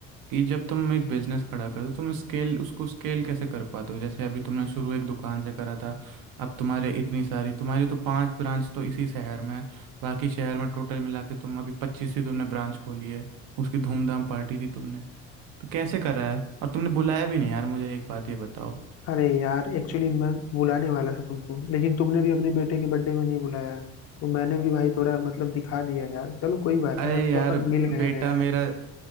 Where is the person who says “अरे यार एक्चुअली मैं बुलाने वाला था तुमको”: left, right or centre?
Left